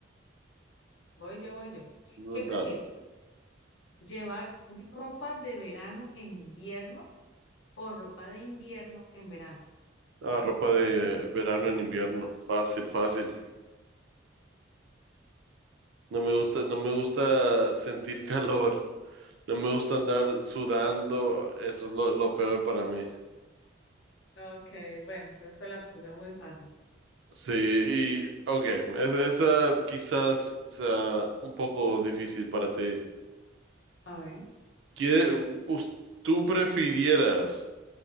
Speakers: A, on the left; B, on the right.
A: voy yo, voy yo.
B: Dale.
A: ¿Qué prefieres? ¿Llevar ropa de verano en invierno o ropa de invierno en verano?
B: Ah, ropa de verano en invierno. Fácil, fácil. No me gusta, no me gusta sentir <laughs> calor. No me gusta andar sudando. Eso es lo, lo peor para mí.
A: Ok, bueno, entonces te la puse muy fácil.
B: Sí, y ok, es- esa quizás sea un poco difícil para ti.
A: A ver.
B: ¿Qué, us- tú prefirieras